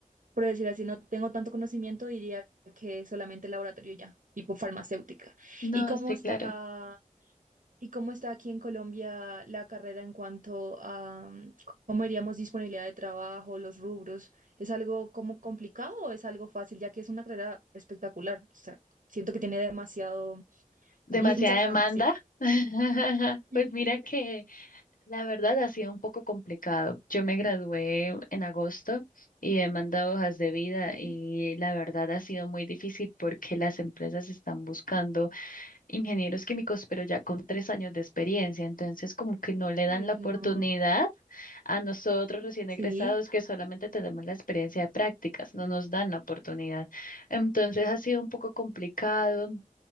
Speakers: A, on the right; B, on the left.
A: por decir así, no tengo tanto conocimiento, diría que solamente laboratorio ya, tipo farmacéutica.
B: no,
A: ¿Y cómo
B: sí,
A: está,
B: claro.
A: y cómo está aquí en Colombia la carrera en cuanto a, mm, cómo diríamos, disponibilidad de trabajo, los rubros? ¿Es algo como complicado o es algo fácil, ya que es una carrera espectacular? O sea, siento que tiene demasiado
B: demasiada
A: Mu- muchas
B: demanda.
A: ramas, ¿sí?
B: <laughs>
A: Ujú.
B: Pues mira que la verdad ha sido un poco complicado. Yo me gradué en agosto y he mandado hojas de vida
A: Sí.
B: y la verdad ha sido muy difícil porque las empresas están buscando ingenieros químicos, pero ya con tres años de experiencia. Entonces como que no le
A: Uy,
B: dan la oportunidad
A: no.
B: a nosotros recién
A: Sí,
B: egresados que solamente tenemos la experiencia de prácticas, no nos dan la oportunidad. Entonces ha sido un poco complicado.